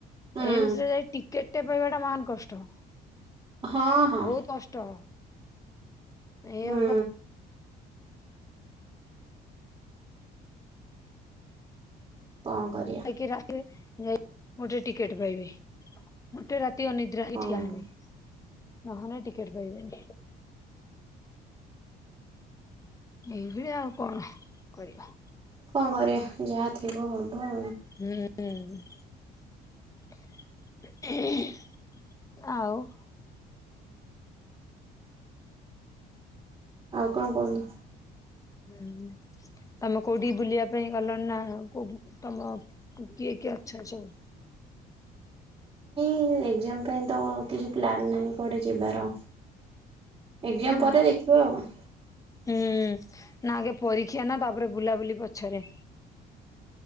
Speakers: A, on the right; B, on the left.
A: ହୁଁ
B: ଏମସ୍ ରେ ଯାଇ ଟିକେ ୋଟେ ପାଇବାଟା ମହାନ୍ କଷ୍ଟ
A: ହଁ ହଁ
B: ବୋହୁତ କଷ୍ଟ। ଏଇଆ
A: ହୁଁ
B: ବାପା
A: କଁ କରିଆ?
B: କିରା ଆସିବେ ଯାଇ ଗୋଟେ ଟିକେଟ୍ ପାଇବେ ଗୋଟେ ରାତି ଅନି ଦ୍ରା ହେଇ ଠିଆ
A: ହଁ।
B: ହେନେ ନହେନେ ଟିକେଟ୍ ପାଇବେନେଇ। ଏଇ ଭଳିଆ ଆଉ କଣ କରିବା?
A: କଁ କରିବା ଯାହା ଥିବ ହବ।
B: ହୁଁ ଉଁ। ଆଉ?
A: ଆଉ କଣ କୁହନ୍ତୁ।
B: ହୁଁ ହୁଁ। ତମେ କୋଉଠିକି ବୁଲିବା ପାଇଁ ଗଲଣି ନାଁ କୋଉ ବୁ ତମ ପୁ କିଏ କିଏ ଅଛନ୍ତି ସବୁ?
A: ଏଇ ଏଗ୍ଜାମ୍ ପାଇଁ ତ କିଛି ପ୍ଲନ୍ ନାହିଁ କୁଆଡ଼େ ଯିବାର। ଏକ୍ଜାମ୍
B: ହୁଁ
A: ପରେ ଦେଖିବ ଆଉ।
B: ହୁଁ ନାଁ ଆଗେ ପରୀକ୍ଷା ନାଁ ତାପରେ ବୁଲାବୁଲି ପଛରେ।